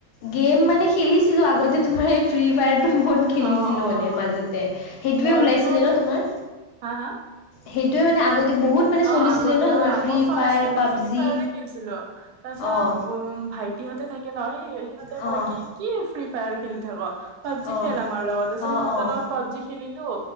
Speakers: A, on the left; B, on the right.
A: গেম মানে খেলিছিলোঁ আগতে তোমাৰ এই ফ্ৰী ফায়াৰটো খেলিছিলোঁ
B: অ', অ',
A: মানে মাজতে সেইটোৱে
B: মইতো
A: ওলাইছিলে ন তোমাৰ
B: হা, হা
A: সেইটোৱে মানে আগতে বহুত মানে
B: অ'
A: চলিছিলে
B: আগতে
A: ন তোমাৰ
B: হা
A: ফ্ৰী
B: মই ফাৰ্ষ্টতে
A: ফায়াৰ পাবজি
B: ফ্ৰী ফায়াৰ য়ে খেলিছিলোঁ তাৰপিছত
A: অঁ
B: উম, ভাইটিহঁতে থাকে নহ সিহঁতে
A: অঁ
B: কয় কি কি ফ্ৰী ফায়াৰ খেলি থাক। পাবজি
A: অঁ
B: খেল আমাৰ লগত তাৰপিছত
A: অঁ
B: সিহঁতৰ লগত পাবজি খেলিলোঁ